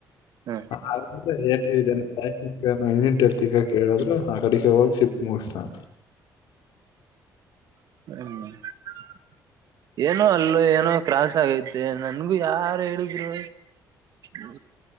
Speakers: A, on the right; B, on the left.
A: ಹಾ
B: ಆದ್ರೂ ಎಷ್ಟ ಹೇಳಿದೆನು ಸಾಯಬರನ ಕೇಳಿದರು ಆ ಕಡೆಗೆ ಹೋಗಿ ಸಿಟ್ ಮುಗಸ್ತಾನಂತ.
A: ಹ ಏನೋ ಅಲ್ಲಿ ಏನೋ ಕ್ರಾಸ್ ಆಗೈತೆ ನನಗು ಯಾರು ಹೇಳಿದ್ರು. ಹು